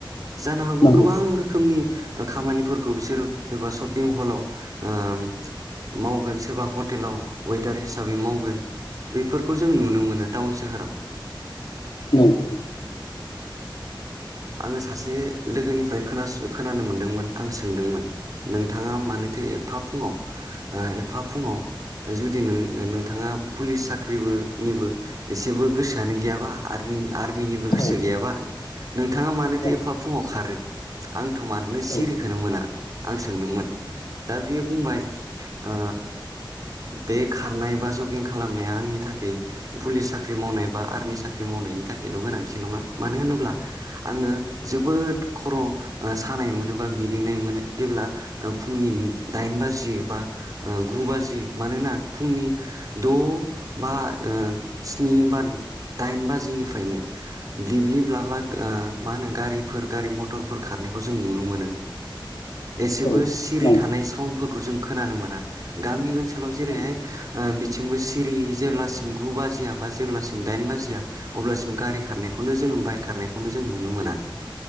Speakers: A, on the right; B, on the left.
A: जानो हागौ
B: नंगौ
A: गोबां रोखोमनि ओ खामानिफोरखौ बिसोरो सोरबा शपिं हलाव ओम मावगोन सोरबा हटेलाव वेटार हिसाबै मावगोन। बेफोरखौ जों नुनो मोनो टाउन सोहोराव।
B: नंगौ
A: आं सासे लोगोनिफ्राय खोन खोनानो मोनदोंमोन आं सोंदोंमोन नोंथाङा मानोथो एफा फुङाव ओ एफा फुङाव जुदि नोंथाङा पुलिस साख्रिबोनिबो एसेबो गोसोआनो गैयाबा आरो आर्मिनिबो गोसो
B: औ
A: गैयाबा नोंथाङा मानोथो
B: औ
A: एफा फुङाव खारो? आंथ' मानो सिरिखौनो
B: उम
A: मोना आं सोंदोंमोन दा बियो बुंबाय ओ बे खारनाय बा जगिं खालामनाया आंनि थाखाय पुलिस साख्रि मावनाय बा आर्मि साख्रि मा मावनायनि थाखायल' गोनांथि नङा मानो होनोबा आङो जोबोद खर' ओ सानाय मोनोबा मिदिंनाय मोनो जेब्ला फुंनि दाइन बाजि बा ओ गु बाजि मानोना फुंनि द' बा ओ स्नि बा दाइन बाजिनिफ्रायनो ब्लिब्लिब लाब्ला ओ मा होनो गारिफोर गारि मटरफोर खार बनायखौ जों नुनो मोनो एसेबो
B: औ
A: सिरि
B: नंगौ
A: थानाय साउनफोर खौ जों खोनानो मोना गामि ओनसोलाव जेरैहाय
B: नंगौ
A: ओ बिथिंबो सिरि जेब्लासिम गु बा जिया बा जेब्लासिम दाइन बाबिया अब्लासिम गारि खारनायखौनो जोङो बाइक खारनायखौनो जों नुनो मोना।